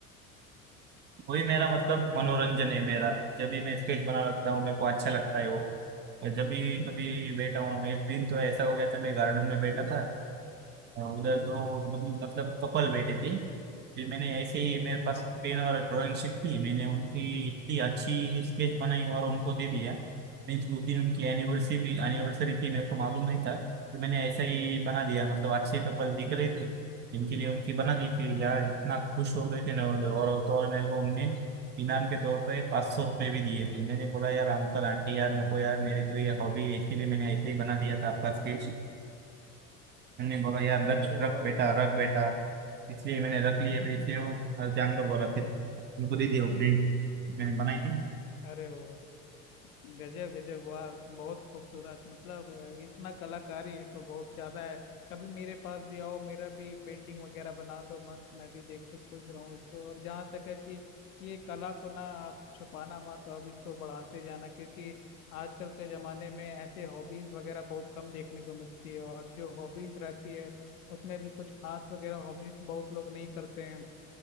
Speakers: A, on the right; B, on the left.
A: वही मेरा
B: अरे वाह
A: मतलब
B: ये तो
A: मनोरंजन
B: बढ़िया
A: है मेरा जब भी मैं स्केच बना लेता हूँ मेरे को अच्छा लगता है वो और जब भी कभी बैठा हूँ एक दिन तो ऐसा हो गया था मैं गार्डन में बैठा था उधर दो मतलब मतलब कपल बैठे थे फिर मैंने ऐसे ही मेरे पास
B: हाँ
A: पेन और ड्राइंग शीट थी मैंने उनकी इतनी अच्छी स्केच बनाई और उनको दे दिया मीन्स उस दिन उनकी एनिवर्सरी भी एनिवर्सरी थी मेरे को मालूम नहीं था तो मैंने ऐसा ही बना दिया मतलब अच्छे कपल दिख रहे थे जिनके लिए उनकी बना दी थी यार इतना खुश हो गए थे ना वो लोग। और तो और मेरे को उनने इनाम के तौर पर पाँच सौ रुपये भी दिए थे मैंने बोला यार अंकल आंटी यार नको यार मेरे तो ये हॉबी है इसके लिए मैंने ऐसे ही बना दिया था आपका स्केच मैंने बोला यार रख
B: अरे
A: रख
B: वाह
A: बेटा
B: ये
A: रख बेटा इसलिए मैंने रख लिए
B: <laughs>
A: पैसे हो और जान दो बोला फिर उनको दे दिया वो प्रिंट मैंने बनाई थी ना
B: अरे वाह गजब गजब वाह बहुत खूबसूरत मतलब अ, इतना कलाकारी है तो बहुत ज्यादा है कभी मेरे पास भी आओ मेरा भी पेंटिंग वगैरह बना दो मस्त मैं भी देख के खुश रहूँ इसको और जहाँ तक है कि ये कला को ना आप छुपाना मत अब इसको बढ़ाते जाना क्योंकि आजकल के जमाने में ऐसे हॉबीज वगैरह बहुत कम देखने को मिलती है और जो हॉबीज रहती है उसमें भी कुछ खास वगैरह हॉबीज बहुत लोग नहीं करते हैं